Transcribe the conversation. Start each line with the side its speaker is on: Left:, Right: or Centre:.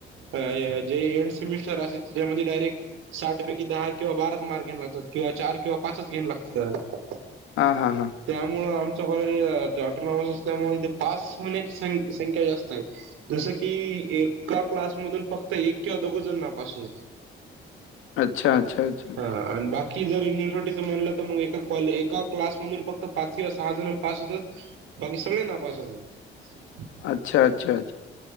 Right: अ जे एंड सेमिस्टर असे त्या म्हणजे डायरेक्ट साठ पैकी दहा किंवा बाराच मार्क घेऊन लागतात, किंवा चार किंवा पाच घेऊन लागतत.
Left: हा हा.
Right: त्यामुळं आमचं कॉलेज जटनावस असल्यामुळं इथं पास होण्याची सं संख्या जास्त आहे जसं कि एका क्लास मधून फक्त एक किंवा दोघं जण नापास होतात.
Left: <inaudible> अच्छा, अच्छा, अच्छा.
Right: हं बाकी की जर युनिव्हर्सिटीच म्हणलं तर मग, एका कॉले एका क्लासमधून फक्त पाच किवा सहा जण पास होतात. बाकी सगळे नापास होतात.
Left: अच्छा अच्छा.